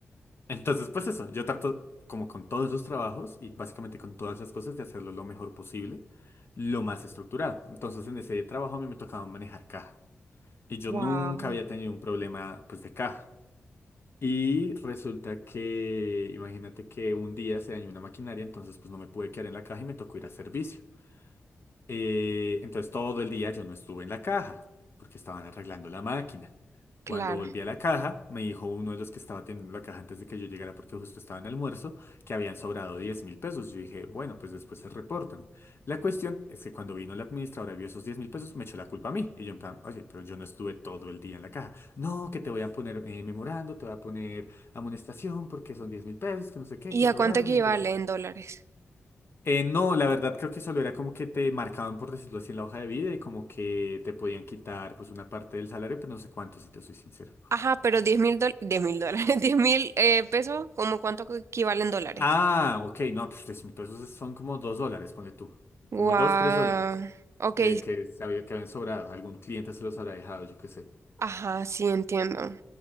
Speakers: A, on the left; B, on the right.
A: entonces, pues eso, yo trato como con todos esos trabajos y básicamente con todas esas cosas de hacerlo lo mejor posible, lo más estructurado. Entonces, en ese trabajo a mí me tocaba manejar caja. Y yo
B: Wow,
A: nunca había tenido un problema pues de caja. Y resulta que, imagínate que un día se dañó una maquinaria, entonces pues no me pude quedar en la caja y me tocó ir a servicio. Eh, entonces todo el día yo no estuve en la caja porque estaban arreglando la máquina.
B: claro.
A: Cuando volví a la caja, me dijo uno de los que estaba teniendo la caja antes de que yo llegara porque justo estaba en almuerzo, que habían sobrado diez mil pesos. Yo dije, bueno, pues después se reportan. La cuestión es que cuando vino la administradora y vio esos diez mil pesos, me echó la culpa a mí. Y yo en plan, oye, pero yo no estuve todo el día en la caja. No, que te voy a poner eh, memorando, te voy a poner amonestación porque son diez mil pesos, que no sé qué,
B: ¿Y
A: que
B: a
A: sobraron
B: cuánto equivale
A: y entonces
B: en dólares?
A: eh, no, la verdad creo que solo era como que te marcaban, por decirlo así, en la hoja de vida y como que te podían quitar pues una parte del salario, pero no sé cuánto, si te soy sincero.
B: Ajá, pero diez mil dólares, diez mil dólares, <laughs> diez mil eh, pesos, ¿cómo cuánto que equivale en dólares?
A: Ah, ok, no, pues tres mil pesos es- son como dos dólares, ponle tú.
B: Wow,
A: Como dos, tres dólares
B: ok,
A: que, que, se había- que habían sobrado. Algún cliente se los habrá dejado, yo qué sé.
B: ajá, sí entiendo,